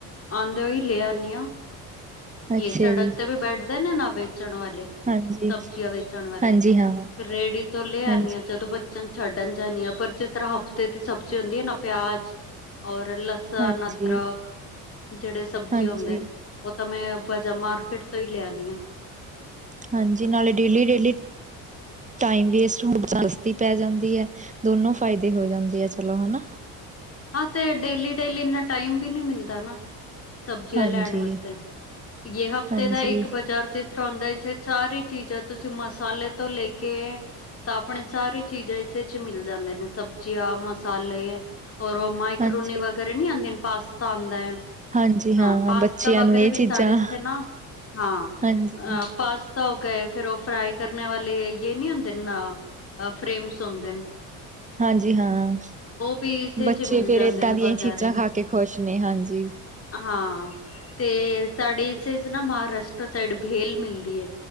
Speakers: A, on the left; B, on the right.
A: ਆਂਦੇ ਹੋਏ ਈ ਲੈ ਆਨੀ ਆ। ਏ
B: ਅੱਛਾ
A: ਸੜਕ
B: ਜੀ
A: ਤੇ ਵੀ ਬੈਠਦੇ ਨੇ ਨਾ ਵੇਚਣ ਵਾਲੇ।
B: ਹਾਂਜੀ
A: ਸਬਜ਼ੀਆਂ ਵੇਚਣ ਵਾਲੇ
B: ਹਾਂਜੀ ਹਾਂ
A: ਰੇਹੜੀ ਤੋਂ ਲਿਆਣੀ
B: ਹਾਂਜੀ
A: ਆ ਜਦੋਂ ਛੱਡਣ ਜਾਣੀ ਆ ਪਰ ਜਿਸ ਤਰ੍ਹਾਂ ਹਫ਼ਤੇ ਦੀ ਸਬਜ਼ੀ ਹੁੰਦੀ ਐ ਨਾ ਪਿਆਜ ਔਰ ਲ ਸਣ,
B: ਹਾਂਜੀ,
A: ਅਦਰਕ। ਜਿਹੜੇ ਸਬਜ਼ੀਆਂ
B: ਹਾਂਜੀ।
A: ਹੁੰਦੇ ਨੇ ਓ ਤਾਂ ਮੈਂ ਮਾਰਕੀਟ ਤੋਂ ਹੀ ਲਿਆਂਣੀ ਆ।
B: ਹਾਂਜੀ, ਨਾਲੇ ਡੇਲੀ ਡੇਲੀ ਟਾਈਮ ਵੇਸਟ ਹੋਣ ਤੋਂ ਸਸਤੀ ਪੈ ਜਾਂਦੀ ਐ, ਦੋਨੋਂ ਫਾਇਦੇ ਹੋ ਜਾਂਦੇ ਆ। ਚਲੋ ਹਨਾ?
A: ਹਾਂ, ਤੇ ਡੇਲੀ-ਡੇਲੀ ਇੰਨਾ ਟਾਈਮ ਵੀ ਨੀ ਮਿਲਦਾ ਨਾ। ਸਬਜ਼ੀਆਂ
B: ਹਾਂਜੀ,
A: ਲੈਣ ਵਾਸਤੇ ਜੇ ਹਫ਼ਤੇ
B: ਹਾਂਜੀ।
A: ਦਾ ਇੱਕ ਬਾਜ਼ਾਰ ਤੇ। ਇਸ ਤਰਾਂ ਹੁੰਦਾ ਜਿਸ ਵਿੱਚ ਸਾਰੀਆਂ ਚੀਜ਼ਾਂ, ਤੁਸੀਂ ਮਸਾਲੇ ਤੋਂ ਲੈ ਕੇ, ਤਾਂ ਆਪਣੇ ਸਾਰੀ ਚੀਜ਼ਾਂ ਇਸੇ ਵਿੱਚ ਮਿਲ ਜਾਂਦੇ ਨੇ, ਸਬਜ਼ੀਆਂ, ਮਸਾਲੇ। ਔਰ ਓ ਮੈਕਰੋਨੀ
B: ਹਾਂਜੀ,
A: ਵਗੈਰਾ ਨੀ ਆਂਦੇ ਪਾਸਤਾ ਆਂਦਾ।
B: ਹਾਂਜੀ
A: ਹਾਂ, ਪਾਸਤਾ
B: ਬੱਚਿਆਂ
A: ਵਗੈਰਾ
B: ਨੂੰ ਇਹ
A: ਵੀ
B: ਚੀਜ਼ਾਂ
A: ਸਾਡੇ ਇੱਥੇ ਨਾ, ਹਾਂ,
B: ਹਾਂਜੀ,
A: ਆ ਪਾਸ, ਧੋ ਕੇ ਫਿਰ ਓ ਫਰਾਈ ਕਰਨ ਵਾਲੇ ਜੇ ਨੀ ਹੁੰਦੇ ਫਰੇਮਸ ਹੁੰਦੇ ਨੇ।
B: ਹਾਂਜੀ ਹਾਂ,
A: ਵੀ ਇਸੇ
B: ਬੱਚੇ
A: 'ਚ ਮਿਲ
B: ਫਿਰ
A: ਜਾਂਦੇ
B: ਏਦਾਂ
A: ਨੇ
B: ਦੀਆਂ
A: ਬਾਜ਼ਾਰੇ
B: ਈ ਚੀਜ਼ਾਂ ਖਾ ਕੇ ਖੁਸ਼ ਨੇ, ਹਾਂਜੀ।
A: ਹਾਂ, ਤੇ ਸਾਡੇ ਹਿੱਸੇ ਚ ਨਾ ਮਹਾਰਾਸ਼ਟਰ ਸਾਈਡ ਵੇਲ ਮਿਲਦੀ ਐ।